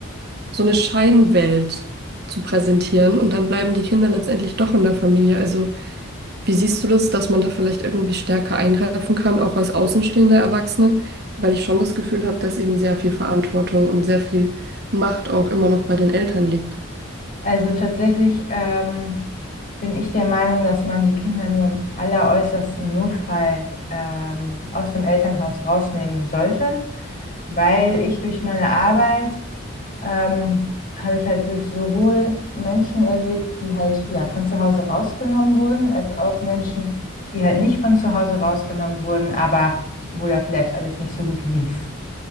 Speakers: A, on the right; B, on the left.
A: so eine Scheinwelt zu präsentieren und dann bleiben die Kinder letztendlich doch in der Familie. Also, wie siehst du das, dass man da vielleicht irgendwie stärker eingreifen kann, auch als außenstehender Erwachsene? Weil ich schon das Gefühl habe, dass eben sehr viel Verantwortung und sehr viel Macht auch immer noch bei den Eltern liegt.
B: Also tatsächlich ähm, bin ich der Meinung, dass man die Kinder nur im alleräußersten Notfall ähm, aus dem Elternhaus rausnehmen sollte, weil ich durch meine Arbeit ähm, habe ich halt durch sowohl Menschen erlebt, die halt ja von zu Hause rausgenommen wurden, als auch Menschen, die halt nicht von zu Hause rausgenommen wurden, aber wo da vielleicht alles nicht so gut lief.